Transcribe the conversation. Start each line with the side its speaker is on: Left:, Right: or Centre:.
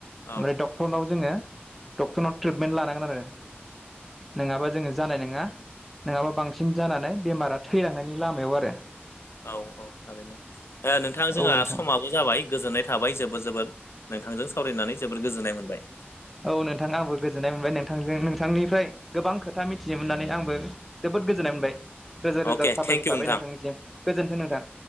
Left: औ
Centre: ओमफ्राय डक्टरनाव जोङो डक्टरनाव ट्रिटमेन्ट लानांगोन आरो नङाबा जोङो जानाय नङा नङाबा बांसिन जानानै बेमारा थैलांनायनि लामायाव आरो।
Left: औ -औ थारैनो नोंथां जोंहा
Centre: औ नोंथां
Left: समा बो' जाबाय गोजोन्नाय थाबाय जोबोद जोबोद नोंथांजों सावरायनानै जोबोद गोजोननाय मोनबाय।
Centre: औ नोंथां आंबो गोजोननाय मोनबाय नोंथांजों नोंथांनिफ्राय गोबां खोथा मिथिनो मोननानै आंबो जोबोद गोजोननाय मोनबाय रोजा रोजा
Left: अके
Centre: साबायखर
Left: थेंक इउ
Centre: थाबाय
Left: नोंथां।
Centre: नोंथांनिसिम गोजोन्थों नोंथां।